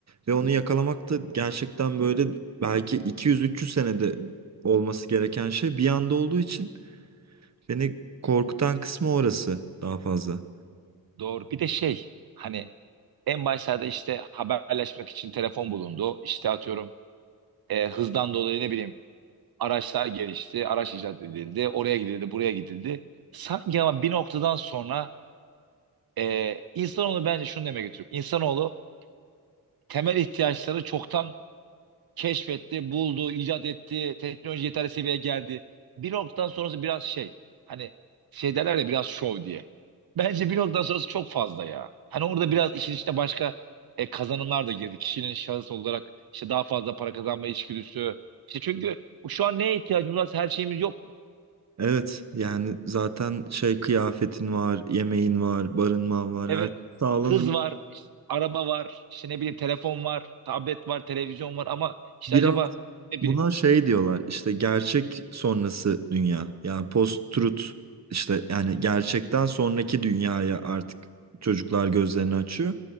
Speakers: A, on the right; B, on the right.
A: ve onu yakalamak da gerçekten böyle belki 200-300 senede olması gereken şey bir anda olduğu için beni korkutan kısmı orası daha fazla.
B: Doğru. Bir de şey hani en başlarda işte haberleşmek için telefon bulundu. İşte atıyorum e, hızdan dolayı ne bileyim araçlar gelişti. Araç icat edildi. Oraya gidildi, buraya gidildi. Sanki ama bir noktadan sonra e, insanoğlu bence şunu demeye getiriyor. İnsanoğlu temel ihtiyaçları çoktan keşfetti, buldu, icat etti, teknoloji yeterli seviyeye geldi. Bir noktadan sonrası biraz şey, hani şey derler ya biraz şov diye. Bence bir noktadan sonrası çok fazla ya. Hani orada biraz işin içine başka e, kazanımlar da girdi. Kişinin şahıs olarak işte daha fazla para kazanma içgüdüsü. İşte çünkü şu an neye ihtiyacımız var? Her şeyimiz yok mu?
A: Evet yani zaten şey kıyafetin var, yemeğin var, barınman var,
B: Evet,
A: her şey sağlanıyor.
B: hız var, işte araba var, işte ne bileyim telefon var, tablet var, televizyon var ama işte
A: Biraz
B: acaba ne
A: Buna
B: bileyim
A: şey diyorlar işte gerçek sonrası dünya yani post-truth işte yani gerçekten sonraki dünyaya artık çocuklar gözlerini açıyor.